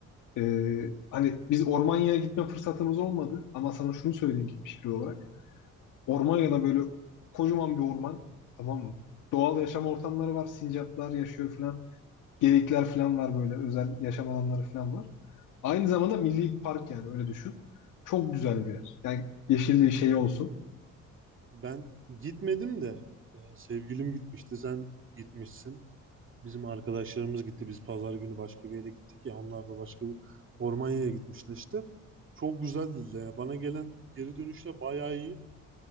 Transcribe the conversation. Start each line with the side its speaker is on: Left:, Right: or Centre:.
Left: Ee, hani biz Ormanya'ya gitme fırsatımız olmadı ama sana şunu söyleyeyim gitmiş biri olarak. Ormanya'da böyle kocaman bir orman tamam mı? Doğal yaşam ortamları var. Sincaplar yaşıyor falan. Geyikler falan var böyle. Özel yaşam alanları falan var. Aynı zamanda milli park yani öyle düşün. Çok güzel bir yer. Yani yeşilliği şey olsun.
Right: Ben gitmedim de e, sevgilim gitmişti. Sen gitmişsin. Bizim arkadaşlarımız gitti. Biz pazar günü başka bir yere gittik ya. Onlar da başka bir Ormanya'ya gitmişler işte. Çok güzeldi de ya. Bana gelen geri dönüşler bayağı iyi.